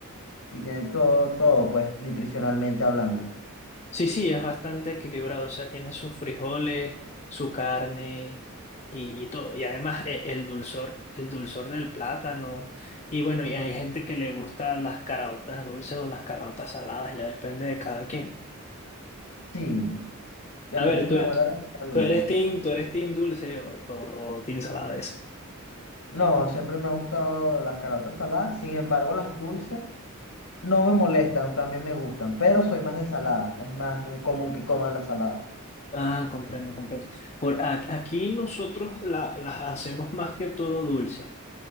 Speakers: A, on the left; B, on the left.
A: y tiene todo, todo, pues, nutricionalmente hablando.
B: Sí, sí, es bastante equilibrado, o sea, tiene sus frijoles, su carne y, y todo. Y además e- el dulzor, el dulzor del plátano. Y bueno, y hay gente que le gusta las caraotas dulces o las caraotas saladas, ya depende de cada quien.
A: Sí, bueno,
B: A ver,
A: de hecho mi
B: tú,
A: abuela
B: tú
A: las hacía
B: tú
A: dulces.
B: eres team, tú eres team dulce o, o, o team salada eso.
A: No, siempre me ha gustado las caraotas saladas, sin embargo las dulces no me molestan, también me gustan, pero soy más de salada, es más común que coma la salada.
B: Ah, comprendo, comprendo. Por a- aquí nosotros la- las hacemos más que todo dulces.